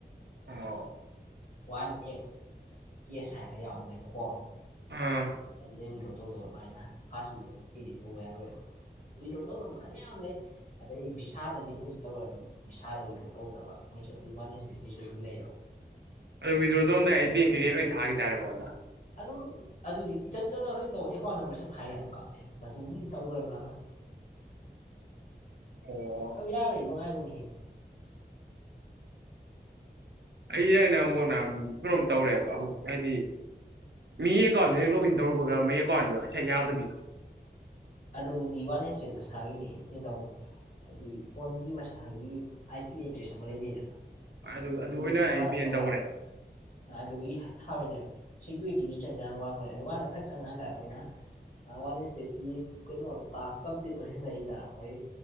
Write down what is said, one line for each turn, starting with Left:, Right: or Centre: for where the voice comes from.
Right: ꯑꯣ
Left: ꯋꯥꯟ ꯑꯦꯛꯁ ꯀꯦꯁ ꯍꯥꯏꯔꯒ ꯌꯥꯎꯕꯅꯦꯕꯀꯣ
Right: ꯑꯥ
Left: ꯑꯗꯨꯗꯩ ꯋꯤꯗ꯭ꯔꯣ ꯇꯧꯗꯧꯕ ꯑꯗꯨꯃꯥꯏꯅ ꯐꯥꯁ ꯋꯤꯗ꯭ꯔꯣ ꯀꯨꯖꯤꯗꯤ ꯇꯧꯕ ꯌꯥꯔꯣꯏꯑꯕ ꯋꯤꯗ꯭ꯔꯣ ꯇꯧꯅꯕ ꯃꯈꯜ ꯃꯌꯥꯝ ꯂꯩ ꯑꯗꯩ ꯕꯤꯚꯤꯁꯥꯗ ꯗꯤꯄꯣꯖꯤꯠ ꯇꯧꯔꯗꯤ ꯕꯤꯚꯤꯁꯥꯗ ꯋꯤꯗ꯭ꯔꯣ ꯇꯧꯒꯗꯕ ꯃꯣꯏꯁꯨ ꯑꯗꯨ ꯋꯥꯟ ꯑꯦꯟꯁ ꯀꯤꯁꯨ ꯂꯩꯌꯦꯕ
Right: ꯑꯗꯣ ꯋꯤꯗ꯭ꯔꯣ ꯇꯧꯔꯝꯗꯥꯏ ꯕꯦꯡ ꯇꯒꯤ ꯂꯣꯏ ꯊꯥꯈꯤ ꯇꯔꯦ ꯃꯉꯣꯟꯗ
Left: ꯑꯗꯨꯝ ꯑꯗꯨꯗꯤ ꯏꯆꯟ ꯏꯆꯟꯅꯅ ꯀꯩꯅꯣ ꯇꯧꯕ ꯑꯦꯀꯥꯎꯟ ꯅꯝꯕꯔꯁꯦ ꯊꯥꯏꯒ ꯑꯗꯨꯝ ꯀꯥꯞꯄꯛꯑꯦ ꯃꯇꯨꯡꯒꯤꯗꯤ ꯇꯧꯗ꯭ꯔꯕ ꯅꯅ <inaudible>
Right: ꯑꯣ
Left: ꯑꯗꯨ ꯌꯥꯕꯅꯤ ꯅꯨꯡꯉꯥꯏꯕꯅꯤꯍꯦ
Right: ꯑꯩ ꯍꯥꯏꯅ ꯑꯃꯨꯛ ꯅꯍꯥꯟ ꯀꯩꯅꯣꯝ ꯇꯧꯔꯦꯕ ꯍꯧꯖꯤꯛ ꯍꯥꯏꯗꯤ ꯃꯤ ꯑꯦꯀꯥꯎꯟꯗꯨ ꯍꯦꯛ ꯂꯣꯛ ꯏꯟ ꯇꯧꯔꯨꯕꯒ ꯃꯩ ꯑꯦꯀꯥꯎꯟꯗꯣ ꯉꯩꯁ ꯌꯥꯗꯕꯤꯗꯣ
Left: ꯑꯗꯨꯗꯤ ꯋꯥꯠꯅꯦꯁꯦ ꯃꯁꯥꯒꯤꯅꯤ ꯀꯩꯅ ꯇꯧꯅꯤ ꯍꯥꯏꯗꯤ ꯐꯣꯟꯒꯤ ꯃꯁꯥꯒꯤ ꯑꯥꯏ ꯄꯤ ꯑꯦꯗ꯭ꯔꯦꯁ ꯑꯃ ꯂꯩꯖꯩꯗꯅ
Right: ꯑꯗꯨ ꯑꯗꯨ
Left: ꯑꯗꯨꯒꯤ
Right: ꯑꯣꯏꯅ
Left: ꯑꯦꯀꯥꯎꯟ
Right: ꯑꯩ
Left: ꯑꯃ
Right: ꯄꯦꯟ
Left: ꯇꯧꯀꯥꯟꯗ
Right: ꯇꯧꯈꯔꯦꯕ
Left: ꯑꯗꯨꯒꯤ ꯊꯥꯕꯩꯅꯦꯕ ꯁꯦꯀ꯭ꯌꯨꯔꯤꯇꯤꯗꯤ ꯆꯟꯖꯥꯡ ꯋꯥꯡꯕꯅꯦ ꯑꯗꯨꯀꯥꯟꯗ ꯐꯠ ꯆꯪꯀꯥꯟꯗ ꯑꯩꯈꯣꯏꯅ ꯋꯥꯟ ꯑꯦꯁꯄꯦꯠꯀꯤ ꯀꯩꯅꯣ ꯇꯥꯛꯁ ꯀꯝꯄ꯭ꯂꯤꯠ ꯑꯣꯏꯍꯟꯂꯛꯏꯗ ꯑꯩꯈꯣꯏ